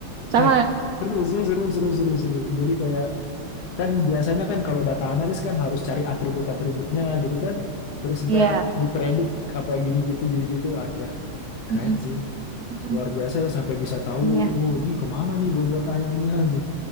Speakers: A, on the right; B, on the left.
A: Sama,
B: kayak seru sih seru seru seru seru. Jadi Kan biasanya kan kalau data analis kan harus cari atribut-atributnya gitu kan. Terus
A: iya.
B: ntar dipredik apa gini gitu gini gitu. Ah, ya keren
A: Mm-mm,
B: sih.
A: mm-mm,
B: Luar biasa ya sampai bisa tahu
A: Iya,
B: oh ini kemana nih bobot ayamnya <laughs> gitu.